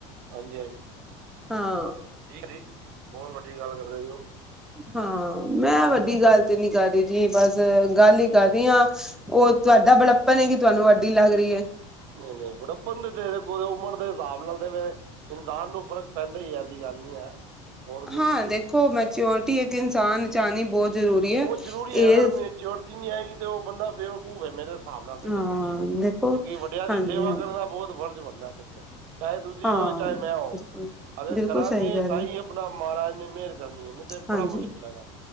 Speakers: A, on the right (about 60°); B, in the centre.
A: ਹਾਂਜੀ ਹਾਂਜੀ।
B: ਹਾਂ।
A: ਠੀਕ ਜੀ ਬਹੁਤ ਵੱਡੀ ਗੱਲ ਕਰਦੇ ਜੇ ਉਹ।
B: ਹਾਂ ਮੈਂ ਵੱਡੀ ਗੱਲ ਤੇ ਨਹੀਂ ਕਰ ਰਹੀ ਬਸ ਗੱਲ ਹੀ ਕਰ ਰਹੀ ਹਾਂ। ਉਹ ਤੁਹਾਡਾ ਬੜੱਪਨ ਹੈ ਕਿ ਤੁਹਾਨੂੰ ਵੱਡੀ ਲੱਗ ਰਹੀ ਹੈ।
A: ਨਹੀਂ ਨਹੀਂ ਬੜੱਪਣ ਤੇ ਤੇਰੇ ਕੋਲ਼ ਉਮਰ ਦੇ ਹਿਸਾਬ ਨਾਲ ਤੇ ਮੈਂ। ਇਨਸਾਨ ਨੂੰ ਫ਼ਰਕ ਪੈਂਦਾ ਹੀ ਐਸੀ ਗੱਲ ਨਹੀਂ ਹੈ। ਹੋਰ ਕੁਝ
B: ਹਾਂ
A: ਨਹੀਂ
B: ਦੇਖੋ ਮੈਚਿਓਰਟੀ ਇੱਕ ਇਨਸਾਨ ਚ ਅਣੀ ਬਹੁਤ ਜ਼ਰੂਰੀ ਹੈ
A: ਉਹ ਜ਼ਰੂਰੀ ਹੈ।
B: ਇਹ
A: ਅਗਰ ਮਿਚੋਰਟੀ ਨਹੀਂ ਆਏਗੀ ਤੇ ਉਹ ਬੰਦਾ ਬੇਵਕੂਫ ਹੈ ਮੇਰੇ। ਹਿਸਾਬ ਨਾਲ ਤੇ
B: ਹਾਂ
A: ਦੇਖੋ ਜੀ ਕਿਉਂਕਿ
B: ਦੇਖੋ
A: ਵੱਡਿਆਂ ਦੀ
B: ਹਾਂਜੀ
A: ਸੇਵਾ
B: ਹਾਂਜੀ
A: ਕਰਨਾ ਬਹੁਤ ਫ਼ਰਜ਼ ਬਣਦਾ ਦੇਖੋ। ਚਾਹੇ ਤੁਸੀਂ
B: ਹਾਂ
A: ਹੋ ਚਾਹੇ
B: ਬਿਲਕੁਲ
A: ਮੈਂ ਹੋ। ਅਗਰ
B: ਬਿਲਕੁਲ
A: ਕਰਾਂਗੇ
B: ਸਹੀ ਕਹਿ
A: ਤਾਂ
B: ਰਹੇ ਹੋ।
A: ਹੀ ਆਪਣਾ ਮਹਾਰਾਜ ਨੇ ਮਿਹਰ ਕਰਨੀ ਹੈ ਨਹੀਂ ਤੇ
B: ਹਾਂਜੀ
A: ਬੜਾ ਮੁਸ਼ਕਿਲ ਹੈਗਾ।